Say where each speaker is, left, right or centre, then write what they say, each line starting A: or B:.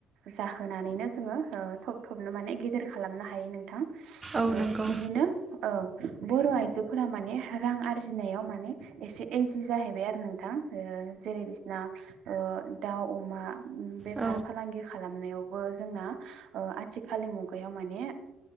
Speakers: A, on the right; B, on the right.
A: जाहोनानैनो जोङो ओ थब थबनो माने गेदेर खालामनो हायो नोंथां
B: औ नंगौ औ नंगौ
A: बिदिनो ओं बर' आइजोफोरा माने रां आरजिनायाव माने एसे इजि जाहैबाय आरो नोंथां ओ जेरै बिसना ओ दाउ अमा बेफार
B: औ नंगौ औ
A: फालांगि खालामनायावबो जोंना ओ आथिखाल खालि मुगायाव माने